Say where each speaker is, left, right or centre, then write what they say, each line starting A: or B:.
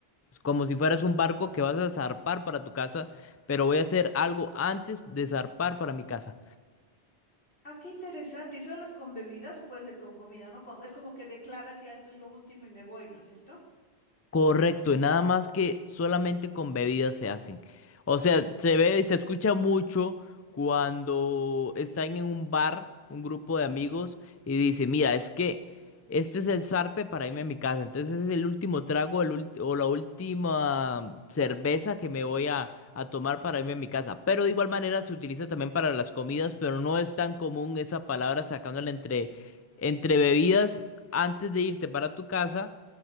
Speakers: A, on the left (about 25°); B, on the left (about 85°).
A: como si fueras un barco que vas a zarpar para tu casa, pero voy a hacer algo antes de zarpar para mi casa.
B: Ah, qué interesante. ¿Y solo es con bebidas o puede ser con comida, no? Como- Es como que declaras ya esto es lo último y me voy, ¿no es cierto?
A: Correcto, y nada más que solamente con bebidas se hacen. O sea, se ve y se escucha mucho cuando están en un bar, un grupo de amigos, y dice, mira, es que este es el zarpe para irme a mi casa. Entonces es el último trago el ulti- o la última cerveza que me voy a, a tomar para irme a mi casa. Pero de igual manera se utiliza también para las comidas, pero no es tan común esa palabra sacándola entre, entre bebidas antes de irte para tu casa